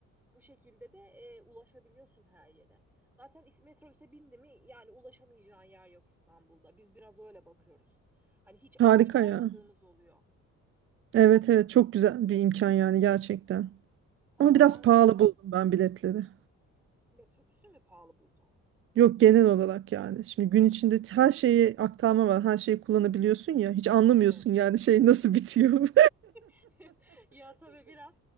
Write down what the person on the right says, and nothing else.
Harika
ya.
Evet
evet çok güzel bir imkan yani gerçekten.
Ama biraz
pahalı buldum ben biletleri.
Yok genel olarak yani. Şimdi gün içinde her şeyi aktarma var. Her şeyi kullanabiliyorsun ya. Hiç anlamıyorsun
yani şey nasıl bitiyor.